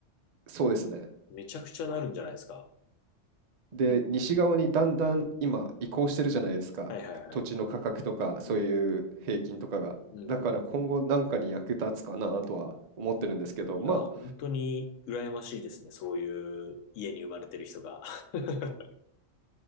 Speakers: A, on the right; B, on the left.
A: そうですね。
B: めちゃくちゃなるんじゃないですか。
A: で、
B: うん。
A: 西側にだんだん今移行してるじゃないですか。
B: はいはいはい。
A: 土地の価格とか、そういう平均とかが。
B: うん。うんうんうん。
A: だから今後なんかに役立つかなとは思ってるんですけど、
B: いや、
A: まあ、
B: 本当に羨ましいですね。そういう家に生まれてる人が。<laughs> うん